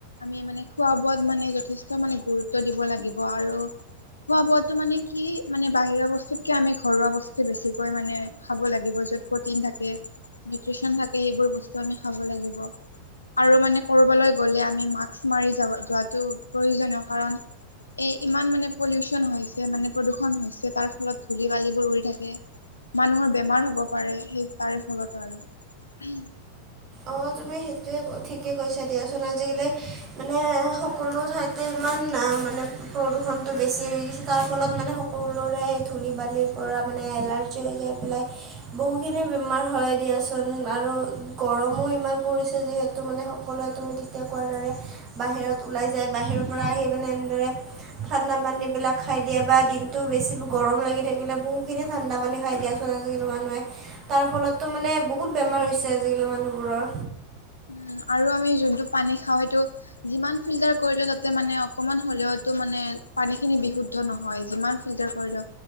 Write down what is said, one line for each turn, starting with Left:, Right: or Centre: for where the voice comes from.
Left: আমি মানে খোৱা বোৱাত মানে যথেষ্ট মানে গুৰুত্ব দিব লাগিব আৰু খোৱা বোৱাতো মানে কি মানে বাহিৰা বস্তুতকে আমি ঘৰুৱা বস্তু বেছিকৈ মানে খাব লাগিব য'ত প্ৰটিন থাকে নিউট্ৰিচন থাকে সেইবোৰ বস্তু আমি খাব লাগিব আৰু মানে কৰবালৈ গলে আমি মাস্ক মাৰি যাব যোৱাটো প্ৰয়োজনীয় কাৰণ এ ইমান মানে পলিউচন হৈছে মানে প্ৰদূষন হৈছে তাৰ ফলত ধূলি বালিবোৰ উৰি থাকে মানুহৰ বেমাৰ হ'ব পাৰে সেই তাৰে ফলত আৰু
Right: অঁ তুমি সেইটোৱে ঠিকে কৈছা দিয়াচোন আজিকালি মানে সকলো ঠাইতে ইমান না মানে প্ৰদূষণটো বেছি হৈ গৈছে তাৰ ফলত মানে সকলোৰে ধূলি বালিৰ পৰা মানে এলাৰ্জি জী হৈ পেলাই বহুখিনি বেমাৰ হয় দিয়াচোন আৰু গৰম মো ইমান পৰিছে যিহেতু মানে সকলোৱে তুমি তেতিয়া কোৱাৰ দৰে বাহিৰত ওলাই যায় বাহিৰৰ পৰা আহি পিনে এনেদৰে ঠাণ্ডা পানী বিলাক খাই দিয়া বা দিনটো বেছি গৰম লাগি থাকিলে বহুখিনি ঠাণ্ডা পানী খাই দিয়াত ত আজিকালি মানুহে তাৰ ফলত তো মানে বহুত বেমাৰ হৈছে আজিকালি মানুহবোৰৰ
Left: উ আৰু আমি যোনটো পানী খাওঁ সেইটো যিমান ফিল্টাৰ কৰিলেও তাতে মানে অকমান হ'লেওতো মানে পানী খিনি বিহুধ দ্ধ নহয় যিমান ফিল্টাৰ কৰিলেও